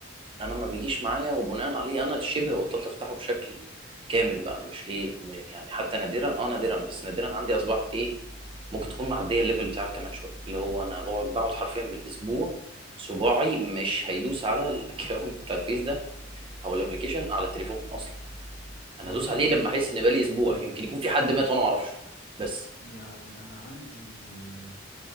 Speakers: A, on the right; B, on the left.
A: يعني انا ما بيجيش معايا وبناء عليه انا شبه بطلت افتحه بشكل كامل بقى مش ايه م- يعني حتى نادرا اه نادرا بس نادرا
B: مم.
A: عندي اصبحت ايه ممكن تكون معديه الليفل بتاعك كمان شويه اللي هو انا بقعد بقعد حرفيا بالاسبوع صباعي مش هيدوس على الاكونت <laughs> بتاع الفيس ده او الابلكيشن على التليفون اصلا
B: والله
A: انا هدوس عليه لما احس ان بقالي اسبوع
B: اه
A: يمكن يكون في حد مات وانا ما اعرفش بس
B: يعني انا عندي آه